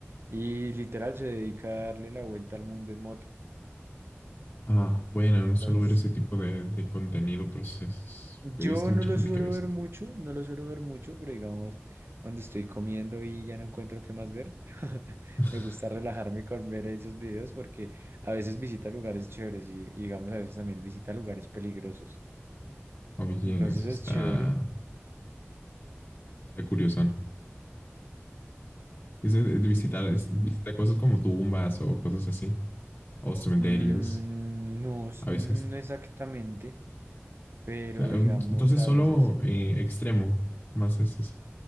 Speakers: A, on the right; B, on the left.
A: Y literal se dedica a darle la vuelta al mundo en moto.
B: Ah, bueno,
A: Entonces,
B: no suelo ver ese tipo de, de contenido, pero sí
A: yo
B: he visto mucha
A: no lo
B: gente
A: suelo
B: que ve ese
A: ver mucho,
B: tipo.
A: no lo suelo ver mucho, pero digamos, cuando estoy comiendo y ya no encuentro qué más ver, <laughs>
B: <laughs>
A: me gusta relajarme con ver esos videos porque a veces visita lugares chéveres y, y digamos, a veces también visita lugares peligrosos.
B: Oye,
A: Entonces
B: eso
A: es
B: está,
A: chévere.
B: está curioso. Es de, de
A: Sí,
B: visitar,
A: sí,
B: es-
A: sí.
B: visita cosas como tumbas o cosas así, o cementerios.
A: Mm, no, s-
B: a veces.
A: no exactamente, pero
B: Claro,
A: digamos
B: Entonces
A: a
B: solo
A: veces,
B: eh, extremo, más es, es-